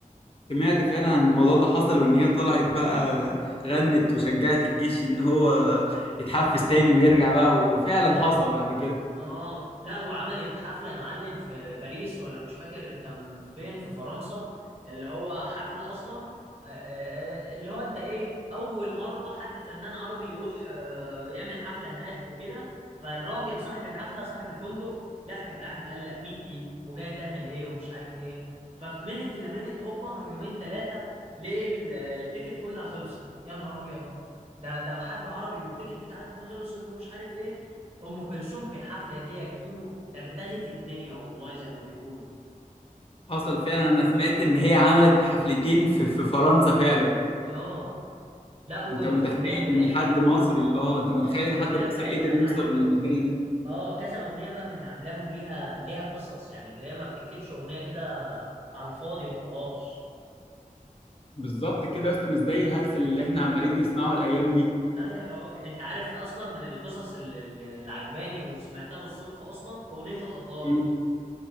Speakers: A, on the left; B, on the right.
A: سمعت فعلا عن الموضوع ده حصل وان هي طلعت بقى غنت وشجعت الجيش ان هو يتحفز تاني ويرجع بقى وفعلا حصل بعد كده
B: اه لا وعملت حفلة يا معلم في باريس ولا مش فاكر كان فين في فرنسا اللي هو حفلة اصلا آه، آه، آه، اللي هو انت ايه اول مرة حد فنان عربي يروح آه، يعمل حفلة هناك وكده فالراجل صاحب الحفلة صاحب الفندق لا كان قاعد مقلق مين دي وجاية تعمل ايه ومش عارف ايه ففي منت الا منت هوبا يومين ثلاثة ليه ال- التيكت كلها خلصت يا نهار ابيض ده ده حد عربي والتيكت بتاعتنا خلصت ومش عارف ايه ام كلثوم في الحفله دي يا كيمو دغدغت الدنيا والله زي ما بيقولوا
A: حصل فعلا انا سمعت ان هي عملت حفلتين في في فرنسا فعلا
B: اه لا والاغنيه
A: انت متخيل
B: بتاعتها
A: ان حد
B: يا مع...
A: مصري اه انت متخيل
B: اه والاغنيه
A: ان حد مصري
B: بتاعتها
A: قدر
B: يا معلم
A: يوصل للمكانه دي
B: اه كذا اغنيه بقى من اللي عاملاهم ليها ليها قصص يعني اللي هي ما بتكتبش اغنيه كده على الفاضي وخلاص
A: بالظبط كده يا اسطى مش زي الهلس اللي احنا عمالين نسمعه الايام دي
B: لا يا راجل انت عارف اصلا من القصص اللي, اللي اللي عجباني وسمعتها بالصدفه اصلا اغنيه الاطلال
A: مم.
B: دي